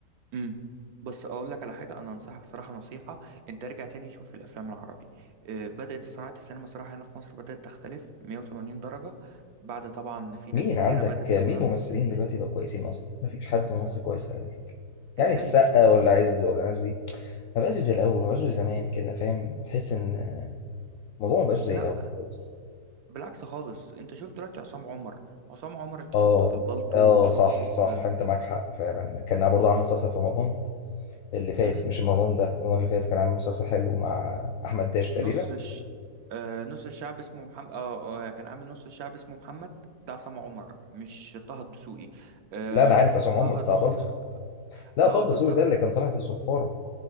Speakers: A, on the right; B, on the left.
A: امم بص اقول لك على حاجه انا انصحك صراحه نصيحه انت ارجع تاني شوف الافلام العربي اه، بدات صناعه السينما صراحه هنا في مصر بدات تختلف 180 درجه بعد طبعا في ناس
B: مين
A: كتيره
B: عندك
A: بدات
B: مين
A: تظهر
B: ممثلين دلوقتي بقى كويسين اصلا مفيش حد ممثل كويس خالص يعني
A: ازاي
B: السقا
A: شوف
B: ولا عز ولا الناس دي ما بقاش زي الاول ما بقاش زي زمان كده فاهم تحس ان الموضوع ما بقاش زي
A: لا
B: الاول خالص
A: بالعكس خالص انت شوف دلوقتي عصام عمر عصام عمر انت
B: اه
A: شفته في البالتو
B: اه
A: وشفته
B: صح
A: في
B: صح انت معاك حق فعلا كان برضه عامل مسلسل في رمضان اللي فات
A: مم.
B: مش رمضان ده رمضان اللي فات كان عامل مسلسل حلو مع احمد داش تقريبا
A: نص الش... آه نص الشعب اسمه محمد آه آه، كان عامل نص الشعب اسمه محمد ده عصام عمر مش طه الدسوقي آه
B: لا انا عارف عصام عمر
A: طه
B: بتاع
A: الدسوقي
B: بلطو لا
A: اه
B: طه
A: بالظبط
B: دسوقي ده اللي كان طالع في الصفاره